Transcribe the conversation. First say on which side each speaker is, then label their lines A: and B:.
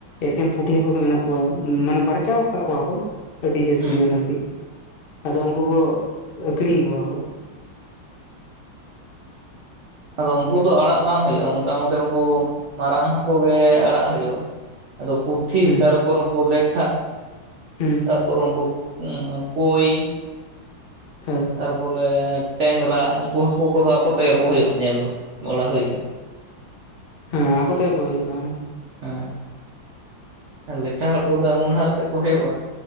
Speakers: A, on the left (about 60°); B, on the right (about 60°).
A: ᱮᱠᱮᱱ ᱯᱩᱴᱷᱤ ᱦᱟᱹᱠᱩ ᱜᱮ ᱢᱮᱱᱟᱜ ᱠᱚᱣᱟ ᱢᱟᱱᱮ ᱯᱟᱨᱮ ᱪᱟᱣ ᱠᱟᱜ ᱠᱚᱣᱟ ᱠᱚ ᱟᱹᱰᱤ ᱡᱟᱹᱥᱛᱤ
B: ᱦᱩᱸ
A: ᱢᱟᱱᱮ ᱟᱨᱠᱤ ᱟᱫᱚ ᱩᱝ ᱠᱩ ᱟᱠᱷᱨᱤᱧ ᱠᱚᱣᱟ ᱠᱚ᱾
B: ᱟᱫᱚ ᱩᱝᱠᱩ ᱫᱚ ᱟᱲᱟᱜ ᱵᱟᱝ ᱦᱩᱭᱩᱜᱼᱟ, ᱢᱚᱴᱟᱢᱩᱴᱤ ᱩᱝᱠᱩ ᱢᱟᱨᱟᱝ ᱦᱟᱠᱩ ᱜᱮ ᱟᱲᱟᱜ ᱦᱩᱭᱩᱜᱼᱟ᱾ ᱟᱫᱚ ᱯᱩᱴᱷᱤ
A: ᱦᱩᱸ
B: ᱛᱟᱨᱯᱚᱨ ᱩᱝᱠᱩ ᱞᱮᱴᱷᱟ ᱾
A: ᱦᱩᱸ ᱾
B: ᱛᱟᱨᱯᱚᱨ ᱩᱝᱠᱩ ᱮᱸ ᱠᱩᱭ
A: ᱦᱮᱸ ᱾
B: ᱛᱟᱨᱯᱚᱨᱮ ᱴᱮᱝᱨᱟ ᱩᱝᱠᱩ ᱦᱟᱹᱠᱩ ᱠᱚᱫᱚ ᱟᱠᱚ ᱛᱮᱜᱮ ᱠᱚ ᱦᱩᱭᱩᱜᱼᱟ ᱧᱮᱞ ᱵᱟᱲᱟ ᱦᱩᱭ
A: ᱦᱮᱸ ᱟᱠᱚ ᱛᱮᱜᱮ ᱠᱚ ᱦᱩᱭᱩᱜᱼᱟ᱾
B: ᱦᱮᱸ ᱟᱨ ᱞᱮᱴᱷᱟ ᱦᱟᱹᱠᱩ ᱫᱚ ᱮᱢᱚᱱ ᱦᱟᱨ ᱛᱮᱠᱚ ᱦᱩᱭᱩᱜᱼᱟ